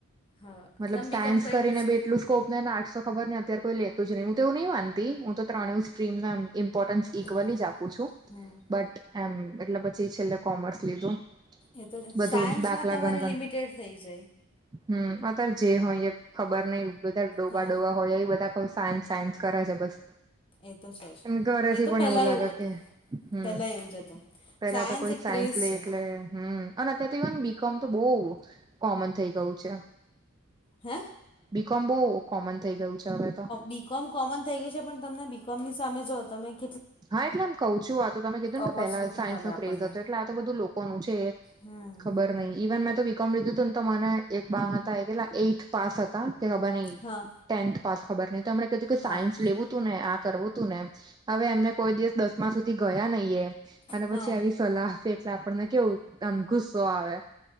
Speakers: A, on the left; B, on the right.
A: હા
B: મતલબ
A: તમે
B: સાયન્સ
A: બીકોમ
B: કરીને
A: પછી
B: બે એટલું સ્કોપને આર્સો ખબર ને અત્યારે કોઈ લેત જ નહીં હ તો એવું નં માનતી હું તો ત્રણેય સ્ટ્રીમ નામ ઇમ્પોર્ટન્સ ઇક્વલ
A: હમ
B: જ આપું છું
A: હમ
B: બટ એમ એટલે પછી છેલ્લે કોમર્સ લીધું.
A: એ તો છે
B: બધું
A: સાયન્સમાં
B: દાખલા
A: તમારે
B: ગણગણ
A: લિમિટેડ થઈ જાય.
B: હમ અત્યારે જે હોય એ ખબર નહિ બધા ડોબા
A: હા
B: ડોબા હોય એ બધા સાયન્સ સાયન્સ કરાય છે બસ
A: એ તો છે જ
B: એ ઘરેથી
A: એ તો
B: પણ
A: પહેલાં
B: એવું લાગે
A: હતું
B: કે. હમ્મ
A: પહેલાં એવું જ હતું
B: પેલા તો કોઈ
A: એક
B: સાયન્સ
A: ક્રેઝ
B: લે
A: છે
B: એટલે- - હ અને અત્યારે તો ઇવન બીકોમ તો બઉ કોમન થઈ ગયું છે.
A: હે?
B: બીકોમ બહુ કોમન થઈ ગયું છે. હવે તો
A: બીકોમ કોમન થઈ ગયું છે પણ તમને બીકોમ ની સામે જો તમે- -
B: હા એટલે આમ કઉ છું આ તો તમે કીધું
A: ઓપોર્ચ્યુનિટી
B: ને કે પેલા સાયન્સ
A: મળે
B: નો
A: આપણને
B: ક્રેઝ હતો એટલે આ તો બધું લોકોનું છે.
A: હમ
B: ખબર નહી ઇવન મેં તો વી મ લીધું તું ને તો મને એક બા હતા એલા એઈથ પાસ હતા કે ખબર નહ
A: હા
B: ટેન્થ પાસ ખબર ન તોમ ક કે સાયન્સ
A: હા
B: લેવું તું ને આ કરવું તું ને હવે એમને કોઈ દિવસ દસમા સુધી ગયા નહીિ એ અને
A: હા
B: પછી આવી સલાહ છે એટલે આપણને કેવું આમ ગુસ્સો આવે.